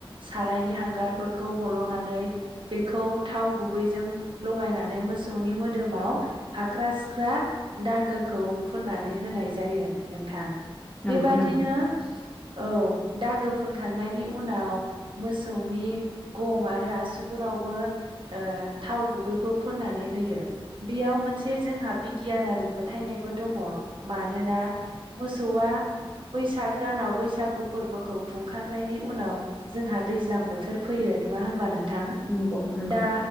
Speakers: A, on the right; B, on the left.
A: सारायनि हांगारफोरखौ हल'नानै बेखौ थाव गुबैजों लगायनानै मोसौनि मोदोमाव फाख्रा सिख्रा दागोखौ फुननानै होनाय जायो नोंथां?
B: नंगौ
A: बेबादिनो
B: नंगौ नामा
A: औ दागो फुनखांनायनि उनाव मोसौनि गं आरो आसुगुरावबो ओ थाव गुबैखौ फुननानै होयो बेयाव मोनसे जोंहा बिगियानारि फोथायनायबो दङ। मानोना मोसौआ बैसाग दानाव बैसागु फोरबोखौ खुंखांनायनि उनाव जोंहा दैज्लां बोथोर फैयो नङा होनबा नों थां
B: नंगौ नंगौ
A: दा